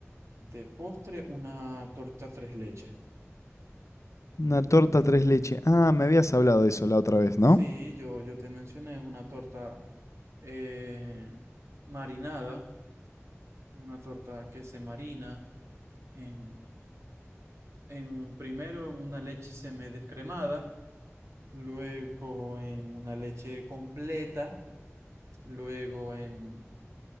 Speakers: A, on the right (about 70°); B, on the left (about 85°).
A: De postre, una torta tres leches.
B: Una torta tres leche. Ah, me habías hablado de eso la otra vez,
A: Sí,
B: ¿no?
A: yo, yo te mencioné, es una torta eh, marinada, una torta que se marina en, en primero en una leche semidescremada, luego en una leche completa, luego en,